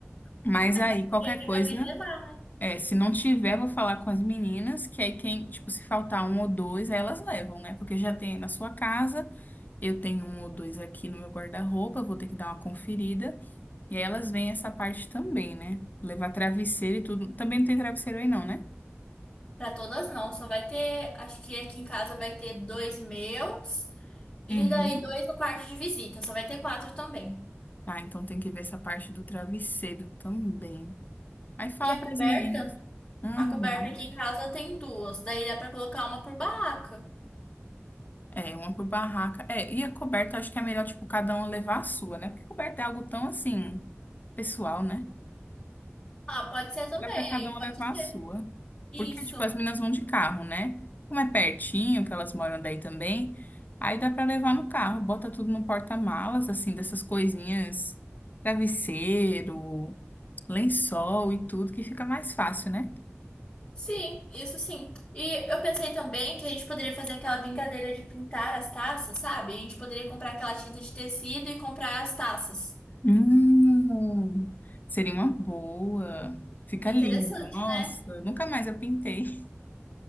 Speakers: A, on the left; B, on the left.
A: Mas
B: a
A: aí,
B: gente podia
A: qualquer
B: ver
A: coisa,
B: para alguém levar, né?
A: é, se não tiver, vou falar com as meninas, que aí quem, tipo, se faltar um ou dois, aí elas levam, né? Porque já tem aí na sua casa. Eu tenho um ou dois aqui no meu guarda-roupa, eu vou ter que dar uma conferida. E aí elas veem essa parte também, né? Levar travesseiro e tudo. Também não tem travesseiro aí, não, né?
B: Para todas não, só vai ter. Acho que aqui em casa vai ter dois meus. E
A: Uhum.
B: daí dois no quarto de visita, só vai ter quatro também.
A: Ah, então tem que ver essa parte do travesseiro também. Aí fala
B: E a
A: para
B: coberta?
A: as meninas. Uhum.
B: A coberta aqui em casa tem duas, daí dá pra colocar uma por barraca.
A: É, uma por barraca. É, e a coberta, eu acho que é melhor, tipo, cada um levar a sua, né? Porque coberta é algo tão, assim, pessoal, né?
B: Ah, pode ser também,
A: Dá para cada
B: aí
A: um
B: pode
A: levar
B: ser.
A: a sua.
B: Isso.
A: Porque, tipo, as meninas vão de carro, né? Como é pertinho, que elas moram daí também, aí dá para levar no carro. Bota tudo no porta-malas, assim, dessas coisinhas, travesseiro, lençol e tudo, que fica mais fácil, né?
B: Sim, isso sim. E eu pensei também que a gente poderia fazer aquela brincadeira de pintar as taças, sabe? A gente poderia comprar aquela tinta de tecido e comprar as taças.
A: Hum, seria uma boa. Fica
B: Interessante,
A: lindo. Nossa,
B: né?
A: nunca mais eu pintei.